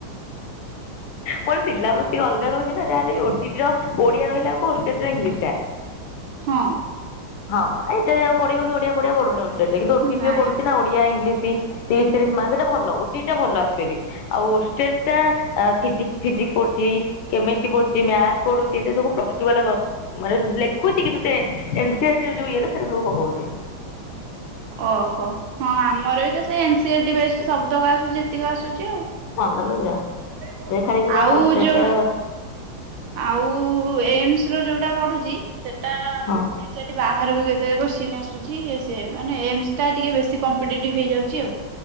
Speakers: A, on the left; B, on the right.
A: ମୋର ସିଲାବସ ଟିକେ ଅଲ ରହୁଚି ଯାହାହେଲେ ବି ଓ ଟି ଟିର ଓଡ଼ିଆ ରହିଲାକୁ ଓଷ୍ଟିଟର ଇଂଲିଶ ଟା।
B: ହଁ।
A: ହଁ ଏଇଟା ଆଉ ପଢିବ କି ଓଡିଆ ପଢୁନି ଓଷ୍ଟିଟରେ କିନ୍ତୁ ଓଟିଟିରେ
B: ନାଇଁ
A: ପଡୁଚି ନା ଓଡିଆ ଇଂଲିଶ। ତି ତିରିଶ ତିରିଶ ମାର୍କ ଏଟା ଭଲ ଓ ଟି ଟି ଟା ଭଲ ଆକଚୁଆଲି ଆଉ ଓଷ୍ଟିଟ ଟା ଫିଯିକ ଫିଯିକ୍ ନସ ପଡୁଚି, କେମେଷ୍ଟି ପଡୁଚି, ମ୍ୟାଥ ପଡୁଚି ସେସବୁପ୍ଲସଟୁ ବଲ ପ ମାନେ ଲେଖୁଚି କିନ୍ତୁ ସେ ଏନ ସି ଆର ଟି ଯୋଉ ସେଗୁରା ସବୁ ପକଉଚି।
B: ଓହୋ ହଁ ଆମର ବି ତ ସେ ଏନ୍ସିଆରଟି ବେଷ୍ଟ ସବୁତକ ଆସୁଚି ଏତିକି ଆସୁଚି ଆଉ
A: ମନଲୋ ଯା ଏ ଖାଲି ସିନା
B: ଆଉ
A: ଓଷ୍ଟେଜ
B: ଯୋଉ
A: ଟା
B: ଆଉ ଏମ୍ସ ର ଯୋଉଟା ପଡୁଚି ସେଟା
A: ହଁ
B: ଏଠି ବାହରେ ବି କେତେ କେତେ ଯାକ କୋଶ୍ଚିନ୍ ଆସୁଚି ୟେ ସିଏ ମାନେ ଏମସ ଟା ଟିକେ ବେଶୀ କମ୍ପିଟେଟିଭ ହେଇଯାଉଚି ଆଉ,